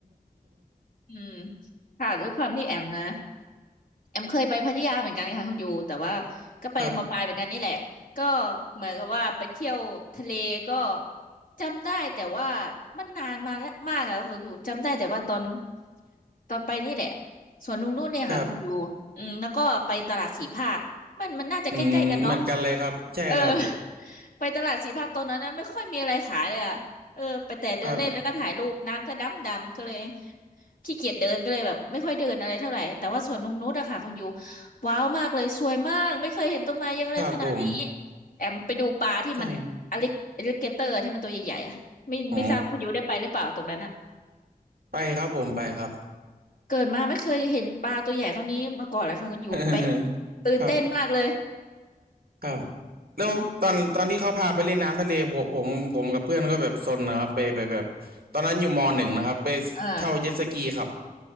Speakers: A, on the left (about 65°); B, on the right (about 80°).
A: อืมค่ะด้วยความที่แอมนะ แอมเคยไปพัทยาเหมือนกันค่ะคุณยูแต่ว่าก็ไปมาปลายเหมือนกันนี่แหละก็
B: ครับ
A: เหมือนกับว่าไปเที่ยวทะเลก็จำได้แต่ว่ามันนานมาแล้วมากแล้วคุณยูจำได้แต่ว่าตอนตอนไปนี่แหละสวนลุงนู่นเนี่ยค่ะคุณยูอืมแล้วก็ไปตลาดสีภาคมันมันน่าจะใกล้ๆกันเนาะ
B: ครับอืมเหมือนกันเลยครับใช่ครับ
A: เออ <laughs> ไปตลาดสีภาคตอนนั้นนะไม่ค่อยมีอะไรขายเลยอ่ะเออไปแต่เดินเล่นแล้วก็ถ่ายรูปน้ำก็ดำดำก็เลย
B: ครับ
A: ขี้เกียจเดินก็เลยแบบไม่ค่อยเดินอะไรเท่าไหร่แต่ว่าสวนนงนุชอะค่ะคุณยูว้าวมากเลยสวยมากไม่เคยเห็นต้นไม้เยอะเลยขนาดนี้
B: ครับผม
A: แอมไปดูปลาที่มันอลิอลิเกเตอร์ที่มันตัวใหญ่ๆอะไม่ไม่ทราบคุณยูได้ไปหรือเปล่าตรงนั้นอะ
B: ใช่ครับอ๋อไปครับผมไปครับ
A: เกิดมาไม่เคยเห็นปลาตัวใหญ่เท่านี้มาก่อนเลยค่ะคุณยูไป
B: <laughs>
A: ตื่นเต้นมากเลย
B: ครับ ครับแล้วตอนตอนที่เขาพาไปเล่นน้ำทะเลผมผมผมกับเพื่อนก็แบบซนนะครับไปไปแบบตอนนั้นอยู่มหนึ่งนะครับไปเช่าเจ็ตสกีครับ
A: อืมอ่า